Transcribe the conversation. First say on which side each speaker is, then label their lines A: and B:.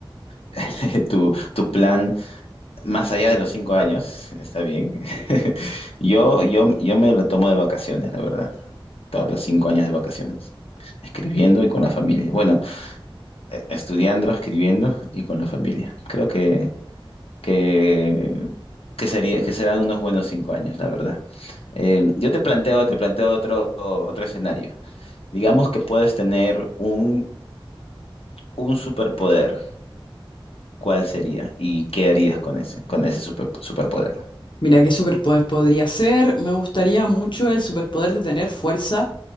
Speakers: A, on the left; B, on the left.
A: <laughs> tu, tu plan más allá de los cinco años, está bien. <laughs> Yo, yo, yo me lo tomo de vacaciones, la verdad. Todos los cinco años de vacaciones escribiendo y con la familia. Bueno, eh, estudiando, escribiendo y con la familia. Creo que, que, que sería, que serán unos buenos cinco años, la verdad. Eh, yo te planteo, te planteo otro, otro escenario. Digamos que puedes tener un, un superpoder. ¿Cuál sería? ¿Y qué harías con ese, con ese super- superpoder?
B: Mira, ¿qué superpoder podría ser? Me gustaría mucho el superpoder de tener fuerza,